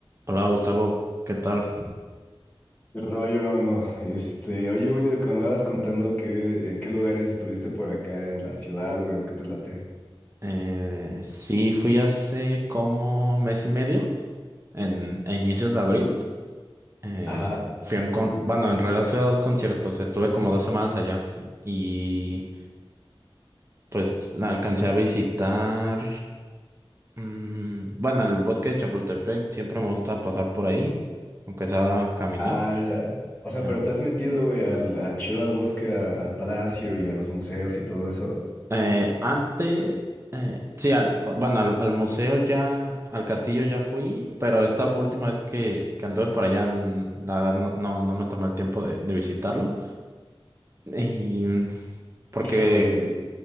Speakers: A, on the right; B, on the left.
A: Hola Gustavo, ¿qué tal?
B: ¿Qué rollo, hermano? Este, oye, güey, de lo que me andabas contando que en qué lugares estuviste por acá en la ciudad, güey, o qué te late.
A: Eh, sí, fui hace como mes y medio, en, a inicios de abril. Eh,
B: Ajá.
A: fui a un con- bueno, en realidad fui a dos conciertos, estuve como dos semanas allá y pues la alcancé a visitar, mm, bueno, el bosque de Chapultepec, siempre me gusta pasar por ahí, aunque sea a caminar.
B: Ah, ya. O sea,
A: eh,
B: pero te has metido, güey, al, a chido al bosque, a- al palacio y a los museos y todo eso.
A: Eh, antes, eh, sí, al, bueno, al, al museo ya, al castillo ya fui, pero esta última vez que, que anduve por allá, n- la verdad no, no, no me tomé el tiempo de, de visitarlo. Y porque
B: Híjole,